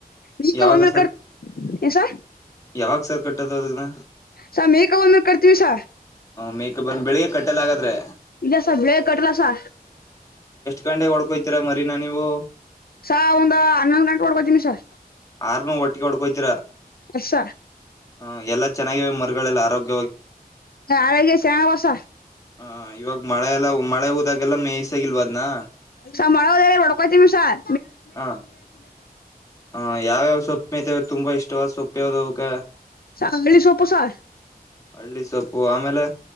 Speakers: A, on the left; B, on the left.
A: ಮೇಕ
B: ಯಾವಾಗ
A: ಒಂದ ಕ ಏನ್ ಸಾ <inaudible>
B: ಯಾವಗ್ ಸರ್ ಕಟ್ಟೋದು ಅದುನ್ನ?
A: ಸ ಮೇಕ ಬಂದ್ಮೇಲ್ ಕಟ್ ತೀವ್ ಸ
B: ಮೇಕಪ್ ಬಂದು ಬೆಳಿಗ್ಗೆ ಕಟ್ಟಲ್ಲ ಆಗಾದ್ರೆ
A: ಇಲ್ಲ ಸ ಬೆಳೆ ಕಟ್ಲಾ ಸ
B: ಗಂಟೆಗ್ ಹೊಡ್ಕೊಯ್ತೀರ ಮರಿನ ನೀವು?
A: ಸ ಒಂದ್ ಹನ್ನೊಂದ್ ಗಂಟೆ ಓದ್ಕೋತಿನಿ ಸರ್.
B: ಆರ್ನುೂ ಒಟ್ಟಿಗೆ ಹುಡ್ಕೋಯ್ತಿರಾ.
A: ಹಸ
B: ಹ ಎಲ್ಲಾ ಚೆನ್ನಾಗಿವೆ ಮರುಗಳೆಲ್ಲ ಆರೋಗ್ಯ
A: ಆರೋಗ್ಯ ಶಾಣ ವಸ
B: ಹ ಇವಾಗ ಮಳೆಯೆಲ್ಲ ಮಳೆ ಹೋದಾಗೆಲ್ಲ ಮೇಯ್ಸಾಗಿಲ್ವಾ ಅದ್ನಾ.
A: ಸರ್ ಮಳೇಲೆನೇ ಹೊಡ್ಕೋತೀನಿ ಸರ್
B: ಹಾ ಹ ಯಾವ್ಯಾವ ಸೊಪ್ಪ ಮೇತೇ ತುಂಬಾ ಇಷ್ಟ. <unintelligible> ಸೊಪ್ಪ್ಯೆೋಗ ತೋಗಕ
A: ಚಂಗ್ಲಿ ಸೊಪ್ಪು ಸಾರ್
B: ಹಳ್ಳಿ ಸೊಪ್ಪು ಆಮೇಲೆ